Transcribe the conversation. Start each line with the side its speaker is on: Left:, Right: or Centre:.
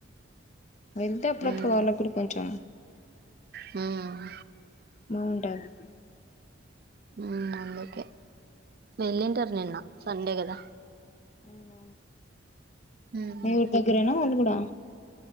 Left: వెళ్తే అప్పుడప్పుడు
Right: హ్మ్
Left: వాళ్ళకి కూడా కొంచెం
Right: హ్మ్
Left: బాగుంటది
Right: మ్ అందుకే వెళ్ళింటారు నిన్న సండే కదా
Left: అవున
Right: హ్మ్
Left: మీ ఊరి దగ్గరేనా వాళ్ళు కూడా